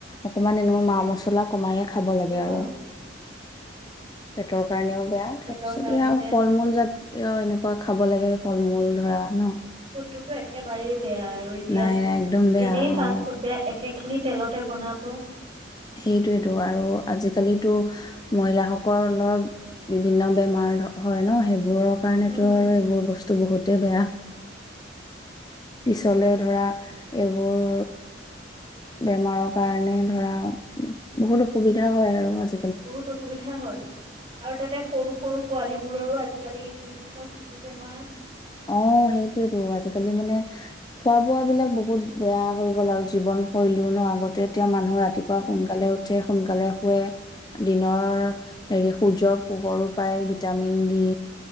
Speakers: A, on the left (about 20°); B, on the right (about 30°).
A: অকমান এনে মা মছলা কমায়ে খাব লাগে
B: অঁ
A: আৰু পেটৰ কাৰণেও বেয়া
B: পেটৰ
A: তাৰপিছত
B: কাৰণে
A: এয়া আও
B: বেয়া
A: ফল মূল জাতিয় এনেকুৱা খাব লাগে ফল মূল ধৰা ন।
B: তোটো একেবাৰেই বেয়া আৰু এতিয়া,
A: নাই নাই একদম বেয়া
B: এনেই ফাষ্ট
A: অ
B: ফুড বেয়া একেখিনিত তেলতে বনাব
A: সেইটোয়েটো আৰু আজিকালিটো মহিলা সকলৰ বিভিন্ন বেমাৰ হয় ন সেইবোৰৰ কাৰণেটো
B: উম,
A: আৰু এইবোৰ বস্তু টো বহুতে বেয়া পিছলে ধৰা এইবোৰ বেমাৰৰ কাৰণে ধৰা বহুত অসুবিধা হয় আৰু আজি
B: বহুত অসুবিধা হয় আৰু তাতে সৰু সৰু পোৱালী বোৰৰো আজিকালি, ইটোৰ পিছত সিটো বেমাৰ
A: অ সেইটোয়েতো আজিকালি মানে খোৱা বোৱা বিলাক বহুত বেয়া হৈ গ'ল আৰু জীৱনশৈলীও ন আগতে এতিয়া মানুহ ৰাতিপুৱা
B: উঠাত
A: সোনকালে উঠে সোনকালে শে দিনৰ হেৰি সূৰ্যৰ পোহৰো পাই ভিটামিন দি